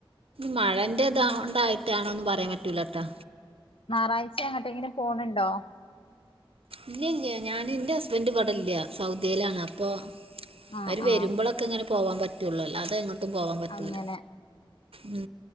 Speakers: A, on the right; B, on the left.
A: മഴന്റെ ഇതാണ്ടായിട്ടാണോന്ന് പറയാൻ പറ്റൂലട്ടോ
B: ഞായറഴ്ച ങ്ങട്ടെങ്കിലും പോണുണ്ടോ
A: ഇല്ല ഇല്ല ഞാൻ എന്റെ ഹസ്ബൻഡ് ഇവിടില്ല സൗദിയിലാണ് അപ്പൊ
B: ആഹ്
A: അവര് വരുമ്പോളൊക്കെ
B: ആഹ്
A: ക്കെങ്ങനെ പോവാൻ പറ്റുള്ളൂ അല്ലാതെങ്ങോട്ടും പോവാൻ പറ്റൂല
B: അങ്ങനെ
A: ഉ